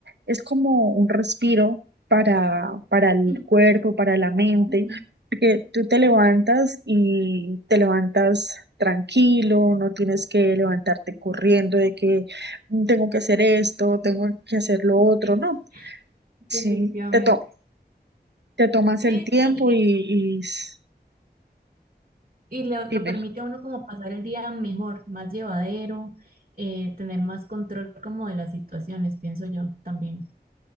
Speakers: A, on the right; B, on the right.
A: es como un respiro para, para el
B: Mm,
A: cuerpo, para la mente,
B: ujú.
A: porque tú te levantas y te levantas tranquilo, no tienes que levantarte corriendo de que "Mm, tengo que hacer esto, tengo que hacer lo otro,
B: Sí,
A: no.
B: definitivamente.
A: Sí, te, to- te tomas
B: Sí,
A: el tiempo
B: sí,
A: y, y s-
B: Y le-
A: dime,
B: lo permite a uno como pasar el día mejor, más llevadero, eh, tener más control como de las situaciones, pienso yo también.